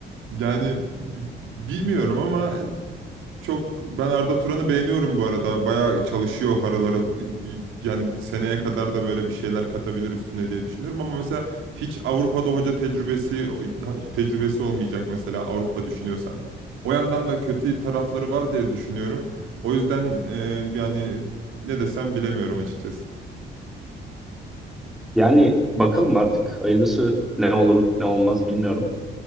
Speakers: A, on the right; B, in the centre.
A: Yani bi- bilmiyorum ama Çok ben Arda Turan'ı beğeniyorum bu arada. Bayağı çalışıyor harıl harıl. Yani seneye kadar da böyle bir şeyler katabilir üstüne diye düşünüyorum ama mesela hiç Avrupa'da hoca tecrübesi tecrübesi olmayacak mesela Avrupa düşünüyorsan. O yandan da kötü tarafları var diye düşünüyorum. O yüzden e, yani ne desem bilemiyorum açıkçası.
B: Yani bakalım artık hayırlısı ne olur ne olmaz bilmiyorum